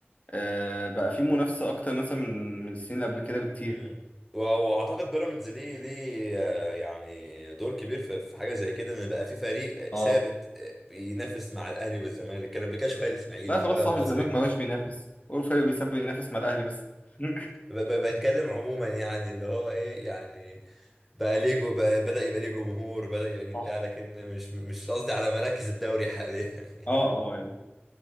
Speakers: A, on the left; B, in the centre.
A: آه، بقى فيه منافسه اكتر مثلا من من السنين اللي قبل كده بكتير
B: امم واعتقد بيراميدز ليه ليه آه، يعني دور كبير في في حاجه زي كده ان بقى في فريق
A: اه
B: ثابت آه، بينافس مع الاهلي والزمالك كان قبل كده شويه الاسماعيلي
A: لا
B: شويه
A: خلاص صاحب
B: المصري
A: الزمالك ما بقاش بينافس هو الفريق بيساب ينافس مع الاهلي بس <laughs>
B: ب- ب- بتكلم عموما يعني اللي هو ايه يعني بقى ليه جو بقى بدا يبقى ليه جمهور بدا يبقى ليه
A: صح
B: بتاع لكن مش مش قصدي على مراكز الدوري حاليا <laughs>
A: اه اه يعني